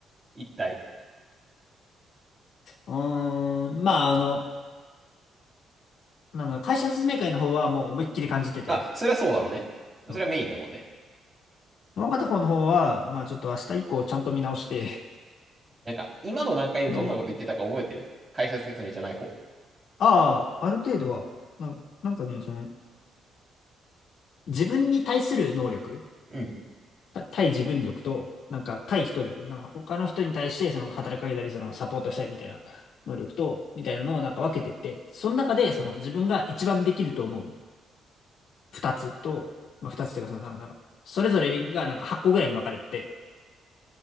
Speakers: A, on the right (about 25°); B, on the left (about 70°).
A: 一体。
B: うーん、まああの、なんだろう会社説明会の方はもう思いっきり感じてて、
A: まあ、それはそうだろうね。それはメインだもんね。
B: うんもう片方の方は、まあちょっと明日以降ちゃんと見直して、
A: なんか、今の段階でどんなこと言ってたか覚えてる解説説明じゃない方。
B: <laughs> どう思うかな。ああ、ある程度は、な、なんかね、その、自分に対する能力、
A: うん。
B: た対自分力と、なんか対人力、なんか他の人に対してその働きかけたり、そのサポートしたりみたいな能力と、みたいなのをなんか分けてって、その中でその自分が一番できると思う二つと、まあ二つというかそのなんか、なんかそれぞれがなんか8個ぐらいに分かれてて、